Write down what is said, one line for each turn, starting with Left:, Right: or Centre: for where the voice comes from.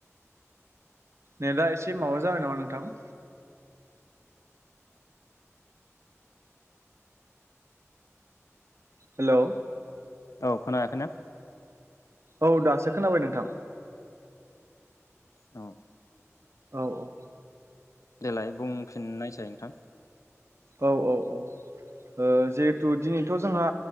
Right: नेदा एसे माबा जाबाय नामा नोंथां? हेल'।
Left: औ खोनायाखै ना?
Right: औ दासो खोनाबाय नोंथां।
Left: औ।
Right: औ औ औ।
Left: देलाय बुंफिननायसाय नोंथां।
Right: औ औ औ। ओ जिहेथु दिनैथ' जोंहा